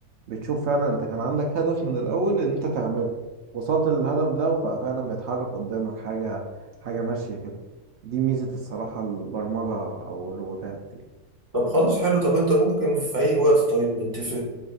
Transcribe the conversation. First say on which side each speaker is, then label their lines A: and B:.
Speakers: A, on the right; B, on the right.
A: بتشوف فعلا انت كان عندك هدف من الاول ان انت تعمله وصلت للهدف ده وبقى فعلا بيتحرك قدامك حاجة حاجة ماشية كده دي ميزة الصراحة البرمجة او الروبوتات يعني.
B: طب خلاص حلو طب انت ممكن في اي وقت طيب نتفق